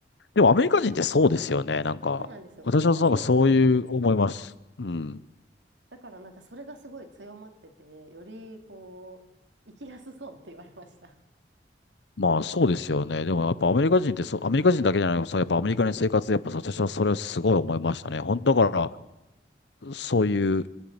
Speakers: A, on the left; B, on the right.
A: でもアメリカ人ってそうですよね。なんか、
B: そうなんですよ。
A: 私はなんかそういう思います。
B: 本当にそうじゃないですか。
A: うん。
B: だからなんかそれがすごい強まってて、よりこう、生きやすそうって言われました。
A: まあそうですよね。でもやっぱアメリカ人ってそう、
B: うん。
A: アメリカ人だけじゃなくて、そうやっぱアメリカの生活、やっぱ私はそれをすごい思いましたね。本当だから、そういう、